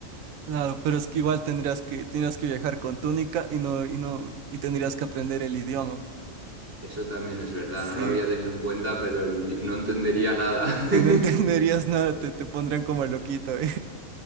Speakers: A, on the right (about 80°); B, on the right (about 60°).
A: claro, pero es que igual tendrías que, tendrías que viajar con túnica y no, y no, y tendrías que aprender el idioma.
B: Eso también es verdad,
A: Sí.
B: no lo había tenido en cuenta, pero el idi- no entendería nada.
A: Si no <laughs> entenderías
B: <laughs>
A: nada, te, te pondrían como loquito. ¿eh?